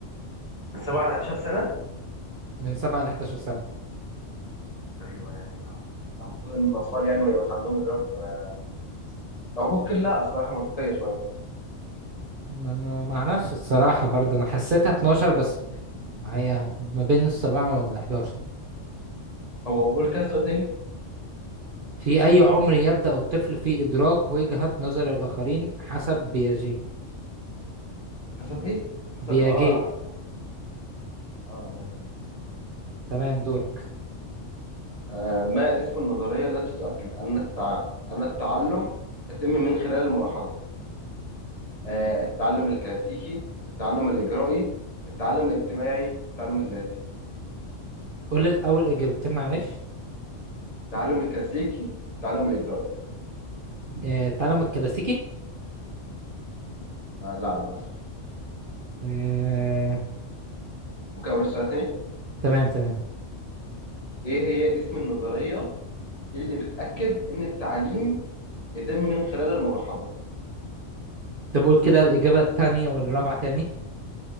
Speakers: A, on the left; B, on the right.
A: من 7 ل 11 سنه
B: من سبعة ل 11 سنة
A: تقريبا يعني اه المفروض ان الاطفال يعني ما يبقاش عندهم ادراك ب- او ممكن لا الصراحه منطقيه شويه
B: ما انا ما اعرفش الصراحة برضه انا حسيتها 12 بس هي ما بين السبعة وال11
A: هو قول كده سؤال تاني
B: في اي عمر يبدأ الطفل في ادراك وجهة نظر الاخرين حسب بياجي
A: حسب ايه؟ حسب
B: بياجي
A: اه حسب اه ماشي
B: تمام دورك
A: آه ما اسم النظريه التي تؤكد ان التع... ان التعلم يتم من خلال الملاحظه آه التعلم الكلاسيكي التعلم الاجرائي التعلم الاجتماعي التعلم الذاتي
B: قول الاول اجابتين معلش
A: التعلم الكلاسيكي والتعلم الاجرائي
B: آه تعلم الكلاسيكي
A: آه لا للاسف
B: آه
A: ممكن اقول السؤال تاني
B: تمام تمام
A: ايه هي اسم النظريه اللي بتأكد إن التعليم يتم من خلال الملاحظة
B: طب قول كده الاجابة التانية والرابعة تاني